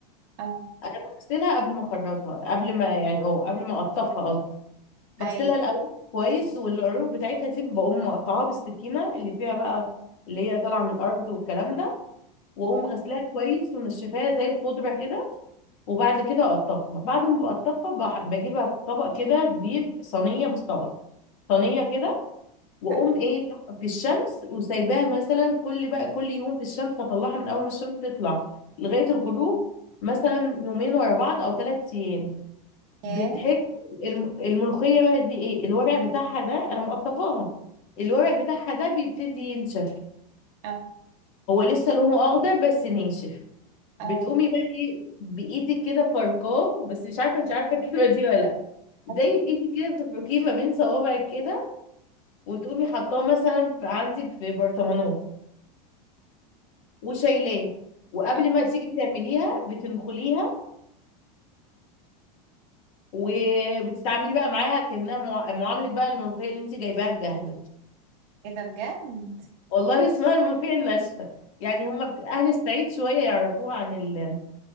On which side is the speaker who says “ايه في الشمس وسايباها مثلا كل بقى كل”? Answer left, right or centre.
Left